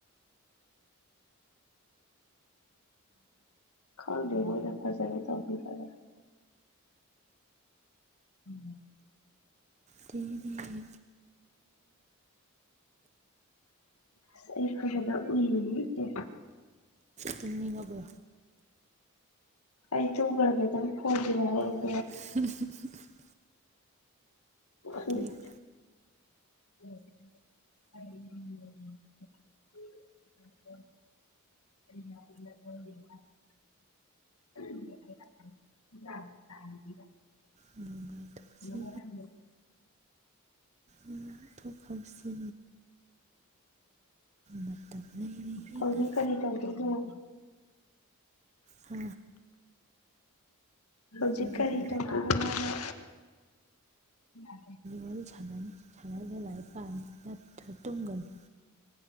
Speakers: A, on the left (about 85°); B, on the right (about 30°).
A: ꯈꯪꯗꯦꯕꯣ ꯌꯥ ꯐꯁꯒꯦ ꯇ ꯐꯔꯦ ꯎꯝ
B: ꯇꯔꯒꯤꯅ <inaudible>
A: ꯑꯁ ꯐꯖꯅ ꯎꯔꯤꯅꯤꯅꯦ
B: ꯇꯨꯝꯅꯤꯡꯉꯥꯕꯣ
A: ꯑꯩ ꯇꯨꯝꯒ꯭ꯔꯥꯒꯦ ꯅꯪ ꯐꯣꯟꯁꯦ <unintelligible>
B: <unintelligible>
A: ꯎꯝ ꯍꯨꯝ
B: ꯍꯧꯖꯤꯛ
A: <inaudible>
B: ꯅꯨꯡꯉꯥꯏꯊꯣꯛꯁꯤ
A: <unintelligible> ꯉꯔꯥꯡꯗꯩ
B: ꯂꯥꯡꯊꯣꯛꯍꯧꯁꯤ ꯃꯇꯝ ꯂꯩꯔꯤꯉꯩ
A: ꯍꯧꯖꯤꯛ ꯀꯔꯤ ꯇꯧꯗꯨꯏꯅꯣ
B: ꯍꯥ
A: ꯎꯝ ꯍꯧꯖꯤꯛ
B: ꯑꯩꯒꯗꯤ
A: ꯀꯔꯤ ꯇꯧꯗꯣꯏꯅꯣ ꯍꯥꯏꯕ ꯎꯝ
B: ꯋꯥꯔꯤ ꯁꯥꯟꯅꯅꯤ ꯁꯥꯟꯅꯔꯒ ꯂꯥꯏꯔꯤꯛ ꯄꯥꯅꯤ ꯅꯠꯇ꯭ꯔ ꯇꯨꯝꯒꯅꯤ